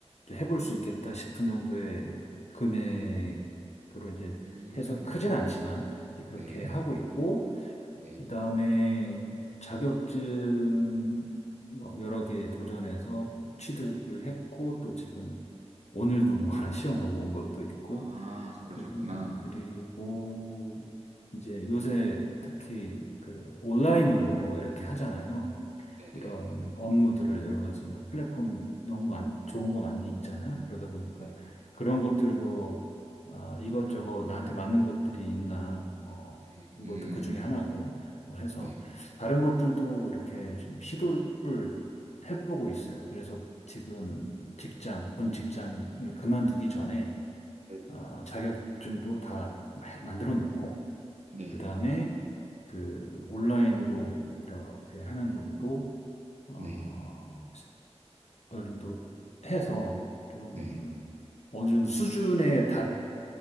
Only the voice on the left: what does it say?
해볼
수 있겠다 싶은 정도의 금액으로
이제
해서 크진 않지만 이제
그렇게 하고 있고
그다음에 자격증 뭐 여러 개 도전해서 취득을 했고 또 지금 오늘도 뭐 하나 시험 보고 온 것도 있고
그- 그리고 이제 요새 특히 그 온라인으로 이렇게 하잖아요.
이런 업무들을 여러 가지 뭐 플랫폼 너무 많- 좋은 거 많이 있잖아요. 그러다 보니까
그런 것들도 아, 이것저것 나한테 맞는 것들이 있나 뭐
이것도 그 중에 하나고 뭐 해서
다른 것들도 이렇게 좀 시도를 해보고 있어요. 그래서 지금 직장, 본 직장을 그만두기 전에
아, 자격증도 다 마- 만들어 놓고
그 다음에 그 온라인으로 이렇게
하는 것도 어,
어느 정도 해서 좀
어느 정도 수준에